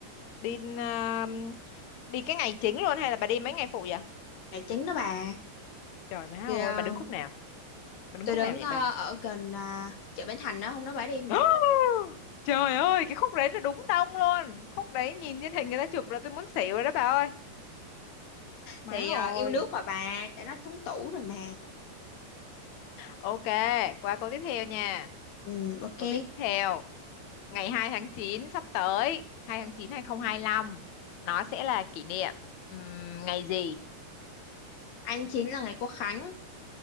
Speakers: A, on the left; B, on the left.
A: đi à, đi cái ngày chính luôn hay là bà đi mấy ngày phụ vậy
B: ngày chín đó bà
A: trời má
B: thì ờ,
A: ơi bà đứng khúc nào bà đứng
B: tôi
A: khúc
B: đứng
A: nào vậy
B: ờ,
A: bà
B: ở gần ờ, chợ Bến Thành đó hôm đó bà đi không
A: <gasps>
B: vậy
A: Trời ơi, cái khúc đấy là đúng đông luôn. Khúc đấy nhìn trên hình người ta chụp là tôi muốn xỉu rồi đó bà ơi. Má
B: thì ờ,
A: ơi.
B: yêu nước mà bà tại nó trúng tủ rồi mà
A: Ok, qua câu tiếp theo nha.
B: ừ, ok
A: Câu tiếp theo, ngày 2 tháng 9 sắp tới, 2 tháng 9 2025, nó sẽ là kỷ niệm ừm, ngày gì?
B: anh chín là ngày Quốc Khánh